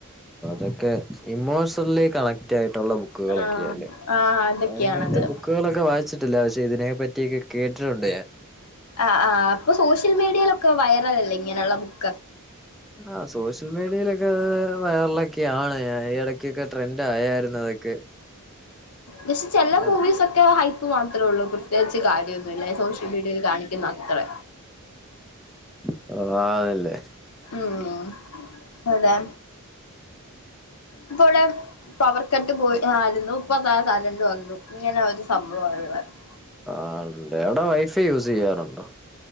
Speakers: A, in the centre; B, on the left.
A: ന്ക്കെ ഇമോഷണലി കണക്ട് ആയിട്ടുള്ള ബുക്കുകളൊക്കെയല്ലേ
B: ആഹ് ആഹ് അതൊക്കെയാണത്
A: ആദ്യം ഇങ്ങനത്തെ ബുക്കുകളൊക്കെ വായിച്ചിട്ടില്ല പക്ഷെ ഇതിനെ പറ്റിയൊക്കെ കേട്ടിട്ടുണ്ട് ഞാൻ
B: ആ ആ അപ്പൊ സോഷ്യൽ മീഡിയയിലൊക്കെ വൈറല അല്ലേ ഇങ്ങനെയുള്ള ബുക്ക്‌
A: ആ സോഷ്യൽ മീഡിയയിലൊക്കെ വൈറലൊക്കെയാണ് ഇടക്കൊക്കെ ട്രെൻഡ് ആയായിരുന്നു അതൊക്കെ
B: ജസ്റ്റ് ചെല
A: ആ
B: മൂവീസ് ഒക്കെ ഹൈപ്പ് മാത്രമേ ഉള്ളൂ പ്രത്യേകിച്ച് കാര്യം <unintelligible> സോഷ്യൽ മീഡിയെല് കാണിക്കുന്ന അത്രേം
A: <unintelligible> അതല്ലേ
B: ഉം അതെ ഇപ്പോയ് പവർ കട്ട് പോയി ആയിരുന്നു ഇപ്പത കരണ്ട് വന്നു ഇങ്ങനെ ഒരു സംഭവം <unintelligible>
A: ആണല്ലേ അവിടെ വൈഫൈ യൂസ് ചെയ്യാറുണ്ടോ